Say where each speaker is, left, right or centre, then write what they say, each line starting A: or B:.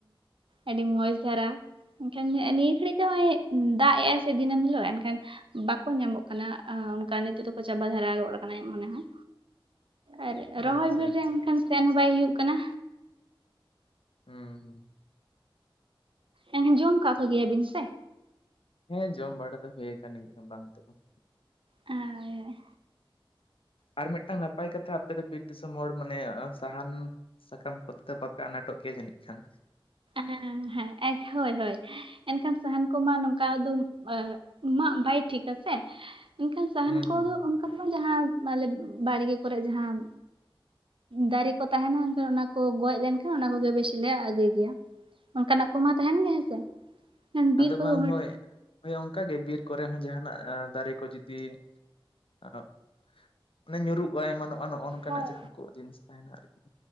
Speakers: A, on the right; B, on the left.
A: ᱟᱹᱰᱤ ᱢᱚᱸᱡᱽ ᱫᱷᱟᱨᱟ ᱮᱱᱠᱷᱟᱱ ᱦᱮᱸ ᱱᱤᱭᱟᱹ ᱜᱷᱟᱹᱲᱤᱡ ᱫᱚ ᱱᱚᱸᱜᱼᱚᱭ ᱫᱟᱜ ᱮᱜ ᱟᱭ ᱥᱮ ᱫᱤᱱᱟᱹᱢ ᱦᱤᱞᱳᱜ ᱮᱱᱠᱷᱟᱱ ᱵᱟᱠᱚ ᱧᱟᱢᱚᱜ ᱠᱟᱱᱟ ᱟ ᱚᱱᱠᱟ ᱱᱤᱛᱚᱜ ᱫᱚᱠᱚ ᱪᱟᱵᱟ ᱫᱷᱟᱨᱟ ᱜᱚᱫ ᱟᱠᱟᱱᱟ ᱢᱚᱱᱮ ᱦᱚᱭ᱾ ᱟᱨ ᱨᱚᱦᱚᱭ
B: ᱟᱪᱪᱷᱟ
A: ᱵᱷᱳᱨ
B: ᱟᱪᱪᱷᱟ
A: ᱨᱮ ᱮᱠᱷᱟᱱ ᱥᱮᱱ ᱦᱚᱸ ᱵᱟᱭ ᱦᱩᱭᱩᱜ ᱠᱟᱱᱟ᱾
B: ᱦᱩᱸ ᱦᱩᱸ᱾
A: ᱮᱱᱦᱚ ᱡᱚᱢ ᱠᱟᱜ ᱠᱚᱜᱮᱭᱟ ᱵᱤᱱ ᱥᱮ?
B: ᱦᱮᱸ ᱡᱚᱢ ᱵᱟᱲᱟ ᱫᱚ ᱦᱩᱭᱠᱟᱱ ᱜᱮᱭᱟᱨ ᱵᱟᱝ ᱫᱚ ᱵᱟᱝ᱾
A: ᱦᱳᱭ ᱦᱳᱭ᱾
B: ᱟᱨ ᱢᱤᱫᱴᱟᱝ ᱱᱟᱯᱟᱭ ᱠᱟᱛᱷᱟ ᱟᱯᱮ ᱫᱚ ᱵᱤᱨ ᱫᱤᱥᱚᱢ ᱦᱚᱲ ᱢᱟᱱᱮ ᱥᱟᱦᱟᱱ ᱥᱟᱠᱟᱢ ᱠᱚᱛᱮ ᱵᱟᱯᱮ ᱟᱱᱟᱴᱚᱜ ᱜᱮᱭᱟ ᱡᱟᱹᱱᱤᱡ ᱠᱷᱟᱱ?
A: ᱦᱮᱸ ᱦᱮᱸ ᱦᱳᱭ ᱦᱳᱭ, ᱮᱱᱠᱷᱟᱱ ᱥᱟᱦᱟᱱ ᱠᱚᱢᱟ ᱱᱚᱝᱠᱟ ᱫᱚ ᱟᱜ ᱢᱟᱜ ᱵᱟᱭ ᱴᱷᱤᱠᱟ ᱥᱮ ᱮᱱᱠᱷᱟᱱ ᱥᱟᱦᱟᱱ
B: ᱦᱩᱸ
A: ᱠᱚᱫᱚ
B: ᱦᱩᱸ
A: ᱚᱱᱠᱟ ᱠᱚᱫᱚ ᱡᱟᱦᱟᱸ ᱢᱟᱞᱮ ᱵᱟᱲᱜᱮ ᱠᱚᱨᱮ ᱡᱟᱦᱟᱸ ᱫᱟᱨᱮ ᱠᱚ ᱛᱟᱦᱮᱸᱱᱟ ᱮᱱᱠᱷᱟᱱ ᱚᱱᱟ ᱠᱚ ᱜᱚᱡᱽ ᱞᱮᱱᱠᱷᱟᱱ ᱚᱱᱟ ᱠᱚᱜᱮ ᱵᱮᱥᱤ ᱞᱮ ᱟᱹᱜᱩᱭ ᱜᱮᱭᱟ᱾ ᱚᱱᱠᱟᱱᱟᱜ ᱠᱚᱢᱟ ᱛᱟᱦᱮᱸᱱ ᱜᱮ ᱦᱮᱸᱥᱮ? ᱢᱮᱱᱠᱷᱟᱱ ᱵᱤᱨ
B: ᱟᱫᱚ
A: ᱠᱚᱫᱚ
B: ᱵᱟᱝ
A: ᱩᱱᱟᱹᱜ
B: ᱦᱳᱭ ᱚᱱᱠᱟ ᱜᱮ ᱵᱤᱨ ᱠᱚᱨᱮ ᱦᱚᱸ ᱡᱟᱦᱟᱸᱱᱟᱜ ᱫᱟᱨᱮ ᱠᱚ ᱡᱩᱫᱤ <unintelligible> ᱚᱱᱮ ᱧᱩᱨᱩᱜᱼᱟᱭ ᱮᱢᱟᱱᱚᱜᱼᱟ ᱱᱚᱸᱜᱼᱚ ᱱᱚᱝᱠᱟᱱᱟᱜ
A: ᱦᱳᱭ
B: ᱡᱟᱦᱟᱸ ᱠᱚ ᱡᱤᱱᱤᱥ ᱛᱟᱦᱮᱸᱱᱟ ᱟᱨᱠᱤ᱾